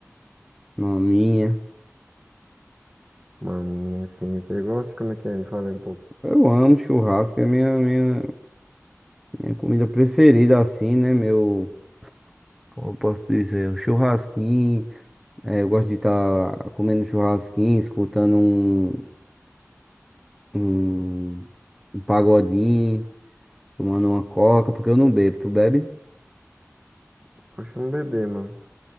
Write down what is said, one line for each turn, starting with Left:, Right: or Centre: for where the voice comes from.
Centre: na minha.
Right: Maminha, assim, você gosta? Como é que é? Me fala aí um pouco.
Centre: Eu amo churrasco, é minha, minha, minha comida preferida, assim, né? Meu. Como eu posso dizer? O churrasquinho. É, eu gosto de estar comendo churrasquinho, escutando um, um, um pagodinho, tomando uma coca, porque eu não bebo. Tu bebe?
Right: Eu costumo beber, mano.